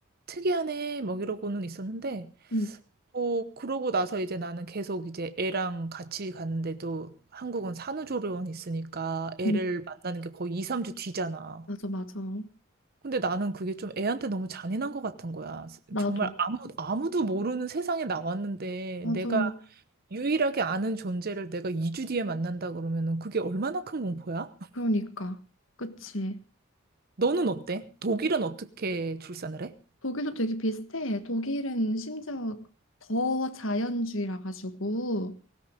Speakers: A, on the right (about 45°); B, on the left (about 65°).
A: 특이하네 뭐 이러고는 있었는데
B: 음,
A: 어, 그러고 나서 이제 나는 계속 이제 애랑 같이 갔는데도 한국은 산후조리원 있으니까 애를
B: 음.
A: 만나는 게 거의 2, 3주 뒤잖아.
B: 맞아, 맞아.
A: 근데 나는 그게 좀 애한테 너무 잔인한 것 같은 거야.
B: 나도.
A: 정말 아무, 아무도 모르는 세상에 나왔는데
B: 맞아.
A: 내가 유일하게 아는 존재를 내가 2주 뒤에 만난다 그러면은 그게 얼마나 큰 공포야? <laughs>
B: 그러니까. 그치.
A: 너는 어때? 독일은 어떻게 출산을 해?
B: 독일도 되게 비슷해. 독일은 심지어 더 자연주의라 가지고